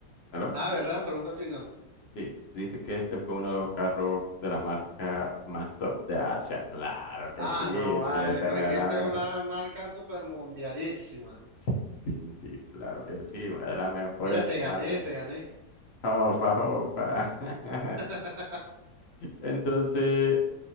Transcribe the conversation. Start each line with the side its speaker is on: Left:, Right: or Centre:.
Left: ¿Aló?
Right: Ah, ¿verdad? Pregunta final.
Left: Sí, dice que este fue uno de los carros de la marca más top de Asia. Claro que
Right: Ah,
Left: sí,
Right: no, vale,
Left: sí, esta
Right: pero
Left: es una
Right: es
Left: de
Right: que
Left: las
Right: esa
Left: mejores.
Right: es una marca super mundialísima.
Left: Sí, sí, sí, claro que sí, una de las mejores
Right: Mira, te
Left: marcas.
Right: gané, te gané,
Left: Opa, opa. <laughs>
Right: <laughs>
Left: Entonces,